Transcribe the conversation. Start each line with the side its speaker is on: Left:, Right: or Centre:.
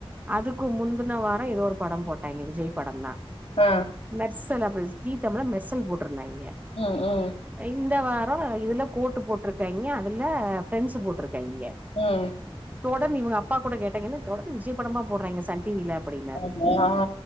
Right: அதுக்கு முந்துன வாரோ ஏதோ ஒரு படோ போட்டாங்கே விஜய் படந் தா
Left: ஆ
Right: மெர்சல் அப்பற ஜீ தழிழ்ல மெர்சல் போட்ருந்தாங்கே
Left: ம் ம்
Right: இந்த வார இதுல கோட்டு போட்ருக்காங்கே அதுல ப்ரண்ட்ஸு போட்ருக்காங்கே
Left: ம்
Right: தொடந்து இவங்க அப்பா கூட கேட்டாங்க என்னது தொடந்து விஜய் படமா போட்றாங்கே சன் டி வி ல அப்டின்னாரு
Left: ஆமா ஆ.